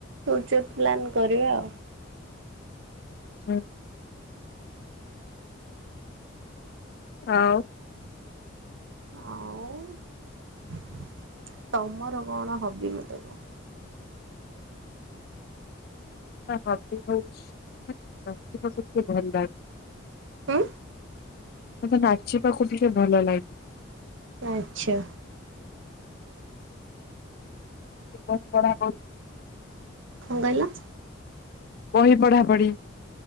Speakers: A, on the right; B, on the left.
A: ଫୁଚର ପ୍ଲାନ୍ କରିବା ଆଉ
B: ହଁ। ହ।
A: ଆଉ ତମର କଣ ହବି ମତେ କୁହ।
B: ହବି ହଉଛି <unintelligible> ଭଲ ଲାଗେ।
A: ହଁ।
B: ମୋତେ ନାଚିବାକୁ ଟିକେ ଭଲ ଲାଗେ।
A: ଆଚ୍ଛା।
B: ହୁଁ ବତ। <unintelligible>
A: କ କହିଲ?
B: ବହି ପଢ଼ା ପଢ଼ି